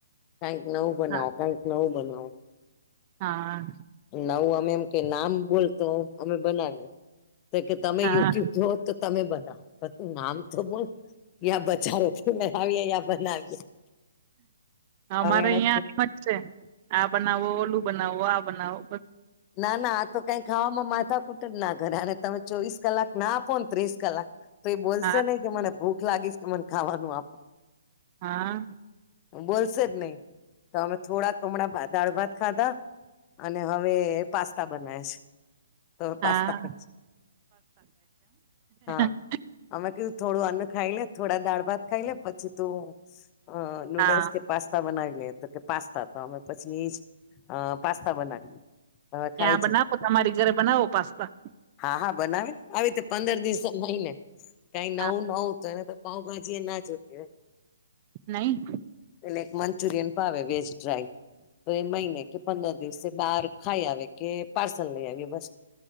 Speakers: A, on the left; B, on the right.
A: કઈક નવું બનાવો
B: હા
A: કંઈક નવું બનાવો.
B: હા.
A: નવું અમે એમ કે નામ બોલ તો અમે બનાવી એ તો કે તમે
B: હા
A: યુટ્યુબ જોઓ તો તમે બનાવો તું નામ તો બોલ યા બચાર લવીએ યા બનાવીએ.
B: અમારે
A: હવે એને
B: એમ જ છે આ બનાવો ઓલું બનાવો આ બનાવો.
A: ના ના આ તો કઈ ખાવામાં માથા કુટ જ ના કરેને તમે ચોવીસ કલાક ના આપો ને ત્રીસ કલાક તો એ બોલશે
B: હા
A: નહી કે મને ભૂખ લાગીશ કે મને ખાવાનું આપ.
B: હા.
A: બોલશે જ નહી તો અમે થોડા હમડા દાળ ભાત ખાધા અને હવે પાસ્તા બનાવે છે. તો
B: હા
A: પાસ્તા ખાય છે હા
B: <unintelligible>
A: અમે ક થોડું અન ખાઈ લે થોડા દાળ ભાત ખાઈ લે પછી તું અ નૂડલ્સ
B: હા
A: કે પાસ્તા બનાવી લે તો કે પાસ્તા તો ભાવે પછી અ પાસ્તા બનાવી. હવે
B: ત્યાં
A: ખાય
B: બનાવો
A: છે
B: તમારી ઘરે બનાવો પાસ્તા.
A: હા હા બનાવે આવી રીતે પંદર દિવસ મહિને કઈ નવું
B: હા
A: નવું તને તો પાઉભાજી એ ના જોતી
B: નહીં.
A: એટલે એક મંચુરિયન પાવે વેજ ડ્રાય તો એ મહિને કે પંદર દિવસે બાર ખાઈ આવે કે પાર્સલ લઈ આવીએ બસ.